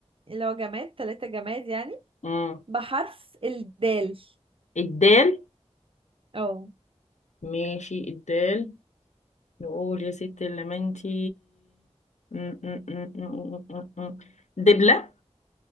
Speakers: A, on the right; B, on the left.
A: اللي هو جماد تلاتة جماد يعني
B: مم.
A: بحرف الدال
B: الدال
A: اه
B: ماشي الدال نقول يا ست اللمنتي مم، مم، مم، مم، مم، مم. دبلة